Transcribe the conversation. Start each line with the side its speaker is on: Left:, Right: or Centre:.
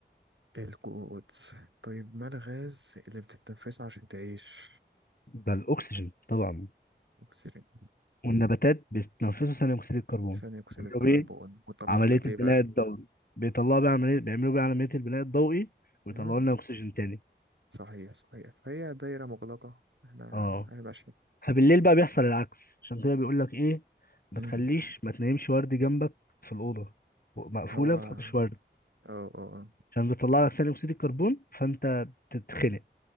Right: القدس طيب ما الغاز اللي بتتنفسه عشان تعيش
Left: ده الاكسجين طبعا
Right: اكسجين
Left: والنباتات بيتنفسوا ثاني اكسيد الكربون
Right: ثاني اكسيد
Left: بيعملوا
Right: الكربون
Left: بيه
Right: وطلع
Left: عمليه
Right: لك
Left: البناء
Right: ايه بقى
Left: الضوئي بيطلعوا بيه عمليه بيعملوا بيه عمليه البناء الضوئي ويطلعوا
Right: مم؟
Left: لنا اكسجين تاني
Right: صحيح صحيح فهي دايرة مغلقة احنا
Left: اه
Right: احنا ماشيين
Left: فبالليل بقى بيحصل العكس عشان كده بيقول لك ايه ما
Right: مم.
Left: تخليش ما تنامش ورد جنبك في الاوضه مقفوله
Right: هو اه
Left: ما تحطش ورد
Right: اه آه.
Left: عشان بيطلع لك ثاني اكسيد الكربون فانت بتتخنق